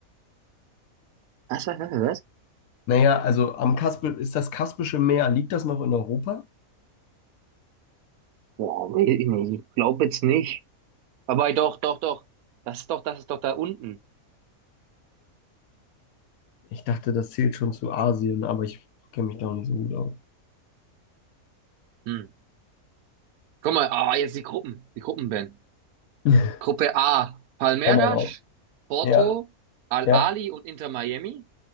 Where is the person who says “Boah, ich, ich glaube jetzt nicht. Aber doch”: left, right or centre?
Right